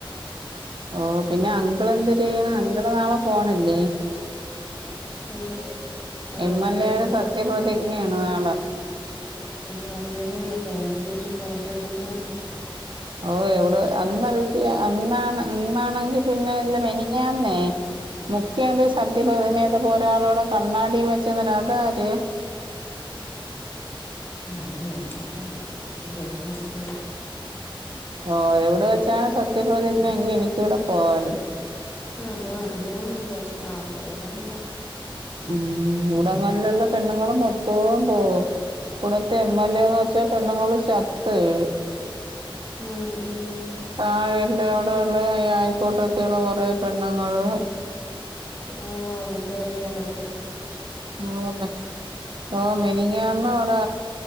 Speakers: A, on the right (about 60°); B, on the left (about 25°).
A: ഓഹ് പിന്നെ അങ്കിളെന്ത് ചെയ്യ്ണെ അങ്കിള് നാളെ പോണില്ലേ
B: ഇണ്ട് ആഹ്
A: എം
B: ഇന്ന്ട്ട്
A: എൽ എയുടെ സത്യപ്രതിജ്ഞയാണ്
B: ഇമ്മണ്ട്
A: നാളെ
B: അത് അറിയാം വയ്യെ പോയിട്ടില്ലെങ്കി ഫോട്ടോ ഇടുമ്പറിയാം
A: ഓഹ് എവിടെ അന്നൽഫിയ അന്നാണ് അന്നാണെങ്കി പിന്നെ എന്താ മെനിഞാന്നെ മുഖ്യന്ത്രി സത്യപ്രതിജ്ഞ
B: ഉം
A: ചെയ്തപ്പൊ ഒരാള് അവ്ട് കണ്ണാടിയും വെച്ച് നിന്നെ അതാര്
B: ഞാനേ ഒള്ളു ആഹ് വെറ്തെ എന്തേലും <unintelligible>
A: ഓ എവിടെ വെച്ചാണ് സത്യപ്രതിജ്ഞ എങ്കി എനിക്ക്യൂടെ പോവാരുന്നു
B: അതും അറിയാൻ വയ്യാ സ്ഥലാ ഏതാ എന്തൊ
A: ഉം. മൂടങ്ങാല് ലുള്ള പെണ്ണുങ്ങള് മൊത്തോം പോവും. വിട്ത്തെ എം എൽ എ എന്ന് വെച്ചാ, പെണ്ണുങ്ങള് ചത്ത് വീഴും.
B: ഉം. ഉം.
A: താഴെ ഇല്ലെ അവിടെ ഉള്ളേ അയൽക്കൂട്ടത്തിലുള്ള കൊറേ പെണ്ണ്ങ്ങള്.
B: അഹ് ആഹ് എനിക്കറിയാം മറ്റേ -
A: <unintelligible> ഓഹ് മിനിഞ്ഞാന്ന് അവ്ടേ